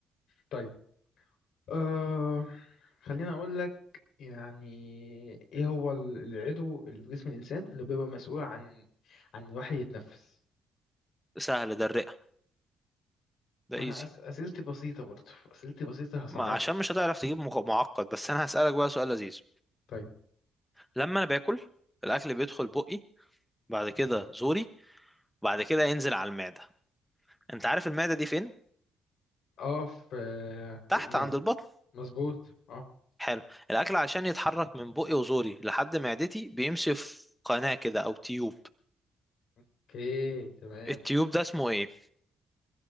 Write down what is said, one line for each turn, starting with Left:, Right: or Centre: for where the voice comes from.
Left: طيب أه... خليني اقول لك يعني ايه هو ال- العضو اللي في جسم الانسان اللي بيبقى مسؤول عن عن الواحد يتنفس
Centre: سهل ده الرئة ده
Left: انا
Centre: ايزي
Left: أس... اسئلتي بسيطه برضه اسئلتي بسيطه هصعب
Centre: ما عشان مش هتعرف تجيب مخ- معقد بس انا هسألك بقى سؤال لذيذ
Left: طيب
Centre: لما انا باكل الاكل بيدخل بقي بعد كده زوري بعد كده ينزل على المعدة انت عارف المعدة دي فين
Left: اه في
Centre: تحت
Left: يعني
Centre: عند البطن
Left: مظبوط اه
Centre: حلو الاكل عشان يتحرك من بقي وزوري لحد معدتي بيمشي في قناة كده او تيوب
Left: اوكي تمام
Centre: التيوب ده اسمه ايه